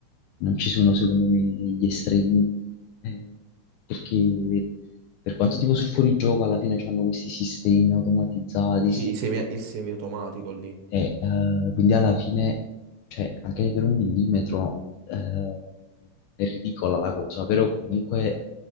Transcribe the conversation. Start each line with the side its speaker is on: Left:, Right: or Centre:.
Left: non ci sono, secondo me, gli estremi. eh, perché per quanto tipo sul fuorigioco, alla fine c'hanno questi sistemi automatizzati,
Right: Sì,
Left: sti-
Right: i semi- il semiautomatico lì.
Left: e, eh, quindi alla fine, cioè, anche per un millimetro eh, è ridicola la cosa, però comunque